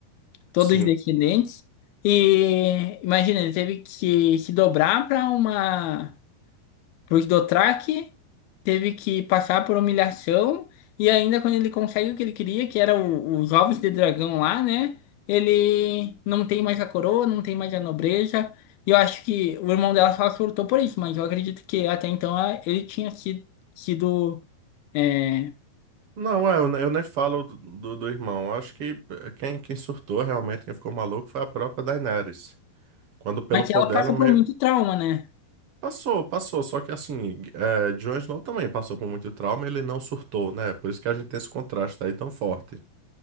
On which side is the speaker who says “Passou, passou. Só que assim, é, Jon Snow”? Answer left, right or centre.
Right